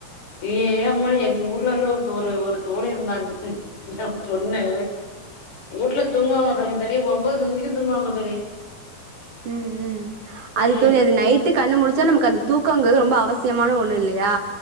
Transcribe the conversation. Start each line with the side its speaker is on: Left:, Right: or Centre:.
Left: ஏ ஏன் அம்மா எங்க ஊர்ல இருந்து ஒரு ஒரு தோழி இருந்தாங்க என் பொண்ணு ஊட்ல தூங்குவாங்க பாருங்க தோழி ஒன்பது மணிவரைக்கு தூங்குவாங்க தோழி
Right: ம் ம் அது
Left: ம்
Right: தோழி அது நைட் டு கண்ணுமுழுச்சா நமக்கு அந்த தூக்கம்ங்கிறது ரொம்ப அவசியமான ஒன்னு இல்லயா